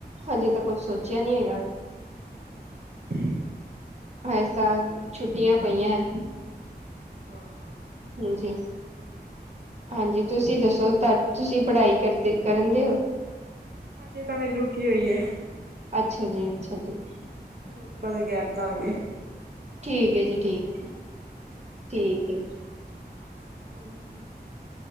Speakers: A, on the right (about 40°); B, on the right (about 65°).
A: ਹਜੇ ਤਾਂ ਕੁਛ ਸੋਚਿਆ ਨੀ ਹੈਗਾ।
B: ਅੱਛਾ
A: ਆਏ ਸਾਲ ਛੁੱਟੀਆਂ ਪਈਆਂ।
B: ਹੂੰ।
A: ਹਾਂਜੀ ਹਾਂਜੀ ਤੁਸੀਂ ਦੱਸੋ
B: ਇੰਨੀ
A: ਤੁਸੀਂ ਪੜ੍ਹਾਈ? ਕਰਦੇ ਕਰਨ ਦਿਓ? <inaudible>
B: ਹਜੇ ਤਾਂ ਮੈ ਰੁਕੀ ਹੋਈ ਹਾਂ।
A: ਅੱਛਾ ਜੀ ਅੱਛਾ ਜੀ।
B: ਹਜੇ ਥੋੜਾ ਜਿਹਾ ਗੈਪ ਦਵਾਂਗੇ।
A: ਠੀਕ ਹੈ ਜੀ ਠੀਕ ਹੈ ਠੀਕ। ਓਕੇ।
B: ਹਾਂਜੀ